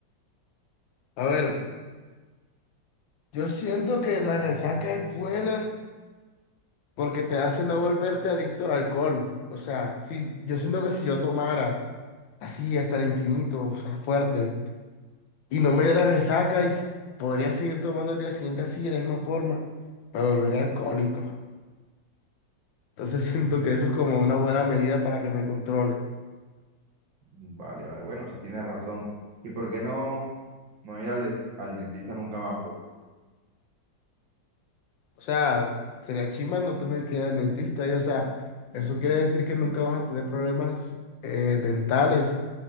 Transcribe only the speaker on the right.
Mm, Vale, vale, bueno, si tienes razón. ¿Y por qué no, no ir al, de- al dentista nunca más, bro?